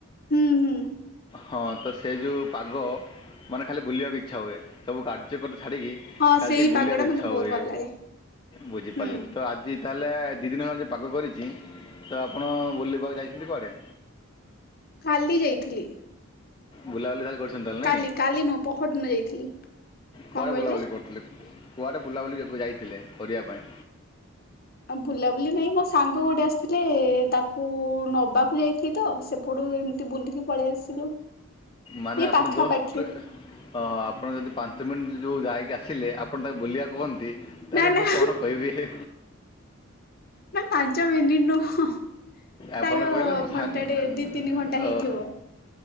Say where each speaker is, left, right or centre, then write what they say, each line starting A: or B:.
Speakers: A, on the left; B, on the left.
A: ହୁଁ ହୁଁ
B: ହଁ, ତ ସେ ଯେଉଁ ପାଗ ମାନେ ଖାଲି ବୁଲିବାକୁ ଇଚ୍ଛା ହୁଏ। ସବୁ କାର୍ଯ୍ୟ କରି <unintelligible> ଛାଡ଼ିକି ଖାଲି
A: ହଁ ସେଇ
B: ଟିକେ ବୁଲିବାକୁ
A: ପାଗ ଟା
B: ଇଚ୍ଛା
A: ମତେ ବହୁତ
B: ହୁଏ।
A: ଭଲ ଲାଗେ
B: ବୁଝିପାରିଲୁ
A: ହୁଁ
B: ତ ଆଜି ତାହେଲେ ଦୁଇ ଦିନ ହେଲା ଯୋଉ ପାଗ କରିଛି ତ ଆପଣ ବୁଲିବାକୁ ଯାଇଛନ୍ତି କୁଆଡ଼େ?
A: କାଲି ଯାଇଥିଲି।
B: ବୁଲାବୁଲି ତାହେଲେ କରିଛନ୍ତି? ତାହେଲେ ନାଇଁ
A: କାଲି, କାଲି ନୁହଁ ପହରଦିନ ଯାଇଥିଲି। କଣ
B: କୁଆଡ଼େ
A: କହିଲେ
B: ବୁଲାବୁଲି କରୁଥିଲେ? କୁଆଡ଼େ ବୁଲାବୁଲି ଏବେ ଯାଇଥିଲେ କରିୟା ପାଇଁ?
A: ଆଉ ଭୁଲାଭୁଲି ନାହିଁ ମୋ ସାଙ୍ଗ ଗୋଟେ ଆସିଥିଲେ ତାକୁ ନବାକୁ ଯାଇଥିଲି ତ ସେପଟୁ ଟିକେ ବୁଲିକି ପଳେଇ ଆସିଲୁ।
B: ମାନେ
A: ଏଇ
B: ଆପଣ
A: ପାଖାପାଖି
B: ଯଷ୍ଟ ହଁ ହଁ ଆପଣ ଯଦି ପାଞ୍ଚ ମିନିଟ୍ ଯୋଉ ଯାଇକି ଆସିଲେ ଆପଣ ତାକୁ ବୁଲିଆ କୁହନ୍ତି ତାହେଲେ
A: ନା ନା
B: ମୁଁ କଣ କହିବି ହେ
A: ନାଁ ପାଞ୍ଚ ମିନିଟ ନୁହଁ
B: ଆପଣ
A: ପ୍ରାୟ
B: କହିଲେ ମୋ ସାଙ୍ଗ
A: ଘଣ୍ଟା ଟେ ଦି ତିନି ଘଣ୍ଟା ହେଇଥିବ।